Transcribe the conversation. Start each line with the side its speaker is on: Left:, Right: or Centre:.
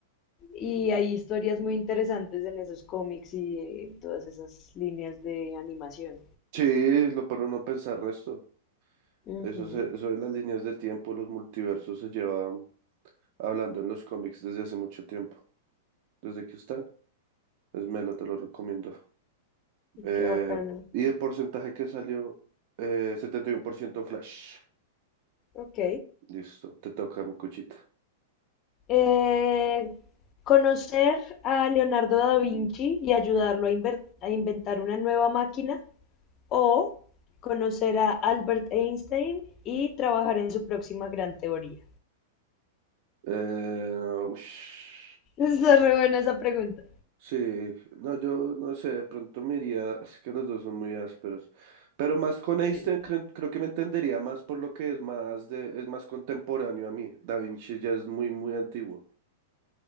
Left: y hay historias muy interesantes en esos cómics y en todas esas líneas de animación.
Right: Sí, lo pone uno a pensar resto.
Left: Ujú,
Right: Eso, es eso de las líneas de tiempo, los multiversos se llevan hablando en los cómics desde hace mucho tiempo, desde que están. Es Melo, te lo recomiendo. Eh,
Left: Qué bacano.
Right: y de porcentaje que salió, eh, 71% Flash.
Left: Ok.
Right: Listo, te toca mi cuchita.
Left: Eh, conocer a Leonardo da Vinci y ayudarlo a, inver- a inventar una nueva máquina o conocer a Albert Einstein y trabajar en su próxima gran teoría.
Right: Eh, ush.
Left: Está re buena esa pregunta.
Right: Sí, no, yo no sé, de pronto me iría, es que los dos son muy ásperos, pero más con Einstein
Left: Sí.
Right: creo, creo que me entendería más por lo que es más de, es más contemporáneo a mí. Da Vinci ya es muy, muy antiguo,